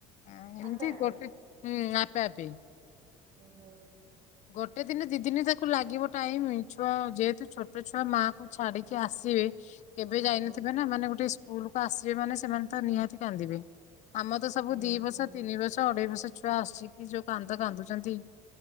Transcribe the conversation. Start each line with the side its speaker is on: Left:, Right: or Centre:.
Left: ହଁ ଏମତି
Right: ଆପେ ଆପେ
Left: ହୁଁ ଆପେ ଆପେ
Right: ହୁଁ ହୁଁ,
Left: ଗୋଟେ ଦିନ ଦି ଦିନ ତାକୁ ଲାଗିବ ଟାଇମ ଛୁଆ ଯେହେତୁ ଛୋଟ ଛୁଆ ମା କୁ ଛାଡିକି ଆସିବେ କେବେ
Right: ହଁ
Left: ଯାଇନଥିବେ
Right: ହଁ
Left: ନା ମାନେ ଗୋଟେ ସ୍କୁଲ କୁ ଆସିବେ ମାନେ ସେମାନେ ତ ନିହାତି କାନ୍ଦିବେ। ଆମ ତ ସବୁ
Right: ହଁ
Left: ଦି ବର୍ଷ
Right: ହଁ
Left: ତିନି ବର୍ଷ, ଅଢେଇ ବର୍ଷ ଛୁହା ଆସିକି ଜଉ କାନ୍ଦ କାନ୍ଦୁଛନ୍ତି।